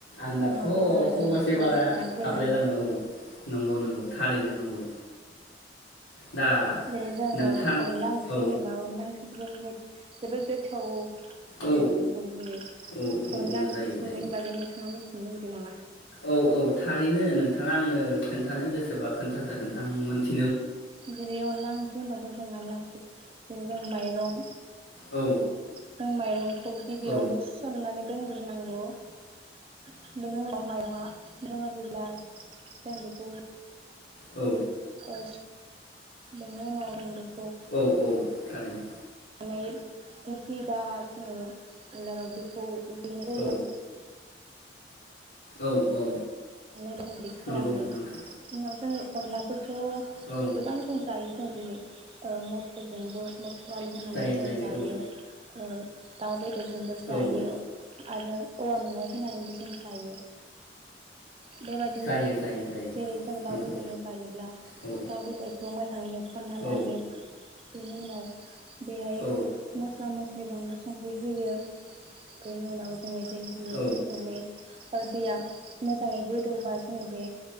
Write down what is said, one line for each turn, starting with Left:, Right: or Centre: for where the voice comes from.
Left: आंनाथ'
Right: अमा बेदर आरो
Left: खबसे
Right: नाफाम
Left: बारा
Right: ना गोरान
Left: हाबलायलाङो औ नंगौ नंगौ थारैनो नंगौ दा
Right: जेरै जोङो
Left: नोंथां
Right: अनला ओंख्रि
Left: औ
Right: होनोबा अनला ओंख्रि <unintelligible> जोबोद गोथाव जायो
Left: औ
Right: आरो नोंथा <unintelligible>
Left: औ औ
Right: अनला
Left: औ
Right: ओंख्रि
Left: जायो
Right: संनायनि
Left: जायो
Right: बागै नोंथाङा मिथि थिनो लुगैदों नामा?
Left: औ औ थारैनो नोंथाङा आंनो खोन्थानो गोसोबा खोन्थाजागोन आं मिनथि
Right: जेरै अनला ओंख्रि होनबाथ' जों आलां जेरै जों माइरं
Left: औ
Right: जों माइरंखौ गिबियावनो
Left: औ
Right: सोमनानै दोनग्रोनांगौ बेनि उनाव माइरंआ <unintelligible> ब्ला जों बेखौ
Left: औ
Right: <unintelligible> बेनि उनाव <unintelligible>
Left: औ औ थारैनो
Right: नै दोनफैबा जोङो उलाराव बेखौ देनाय
Left: औ
Right: जायो
Left: औ औ
Right: <unintelligible> खालामो
Left: नंगौ
Right: इनि
Left: नोंथां
Right: उनाव जोङो अनलाफोर थ'
Left: औ
Right: गोबां जों जायो जेरै ओ मटरजोंबो आलु होनानैबो
Left: जायो
Right: जों जायो
Left: औ
Right: ओ दाव बेद जोंबो जायो
Left: औ
Right: आरो औवा मेवाइ होनानैबो जों जायो बेबायदिनो
Left: जायो जायो जायो
Right: जेरै जों दाउ
Left: नंगौ
Right: बेदरजों जायोब्ला
Left: औ
Right: दाउ बेदरखौ मोजाङै एवफ्रना
Left: औ
Right: लायो बेनि उनाव बेहाय
Left: औ
Right: मस्ला मस्लि बे बानलु संख्रि होयो बेनि उनाव जोने दै होयो
Left: औ
Right: दै होनानै ओ‌‌ दैया मोजाङै गोदौबा जोङो बे